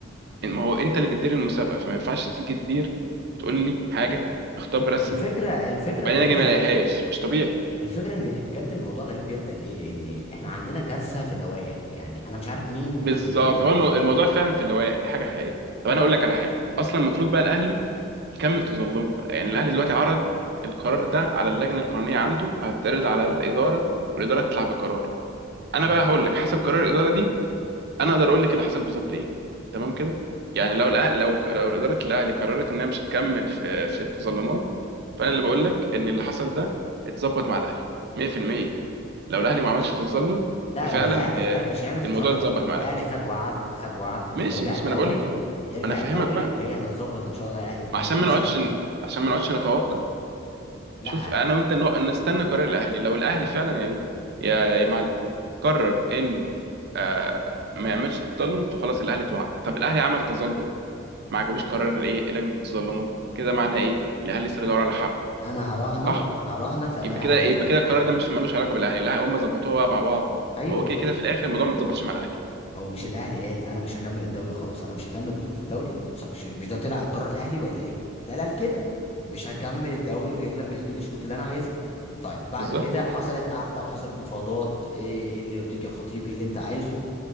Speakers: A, on the right (about 55°); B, on the left (about 30°).
A: إن- ما هو انت اللي بتدير المسابقه فما ينفعش تيجي تدير وتقول لي حاجه بخطاب رسمي
B: الفكرة الفكرة
A: وبعدين
B: بجد
A: اجي ما
B: ال-
A: الاقيهاش مش طبيعي
B: الفكرة ان بجد الموضوع غريب جدا ليه؟ لان احنا عندنا كارثة في اللوائح يعني انا مش عارف مين
A: بالظبط
B: اللي بيو... ال...
A: هو المو- الموضوع
B: ال...
A: فعلا في اللوائح دي حاجه حقيقيه طب انا اقول لك على حاجه اصلا المفروض بقى الاهلي يكمل تظلمه يعني الاهلي دلوقتي عرض القرار ده على اللجنه القانونيه عنده وهتعرض على الاداره والاداره تطلع بقرار انا
B: مم.
A: بقى هقول لك حسب قرار الاداره دي انا اقدر اقول لك اللي حصل بالظبط ايه تمام كده يعني لو الاهلي لو لو اداره الاهلي قررت انها مش هتكمل في في التظلمات فانا اللي بقول لك ان اللي حصل ده اتظبط مع الاهلي 100% لو الاهلي ما عملش تظلم
B: لا
A: ففعلا
B: يا أم الاهلي
A: آه،
B: الاهلي مش هيعمل تظلم
A: الموضوع اتظبط
B: الاهلي
A: مع الاهلي
B: خد وعد خد وعد انه
A: ماشي
B: يرجع
A: ماشي
B: الدوري
A: ما انا بقول لك إيه. ما
B: يرجع
A: انا افهمك
B: الدوري
A: بقى
B: وهي هتتظبط ان شاء الله يا اهلي في
A: ما
B: نهاية
A: عشان
B: الموسم
A: ما نقعدش عشان ما نقعدش نتوقع
B: لا
A: شوف انا وانت نق- نستنى قرار الاهلي لو الاهلي فعلا يا يا يا معلم قرر انه آه، ما يعملش تظلم فخلاص الاهلي اتوعد طب الاهلي عمل تظلم ما عجبوش قرار الايه لجنه التظلمات كده معناه ايه الاهلي لسه بيدور على حق
B: انا هراهنك
A: صح
B: هراهنك لو
A: يبقى
B: الاهلي
A: كده
B: عمل
A: يبقى
B: تظلم
A: كده القرار ده مش ملوش علاقه بالاهلي لا هم ظبطوها بقى مع بعض
B: ايوه
A: هو كده كده في الاخر الموضوع ما اتظبطش مع الاهلي
B: هو مش الاهلي قال انا مش هكمل الدوري خلاص انا مش هكمل بطوله الدوري صح مش مش ده طلع بقرار الاهلي ولا ايه لا لا كده مش هكمل الدوري غير لما يجي لي الشروط اللي انا عايزها طيب بعد
A: بالظبط
B: كده حصلت قعده وحصلت مفاوضات ايه إيه اللي يرضيك يا خطيب ايه اللي انت عايزه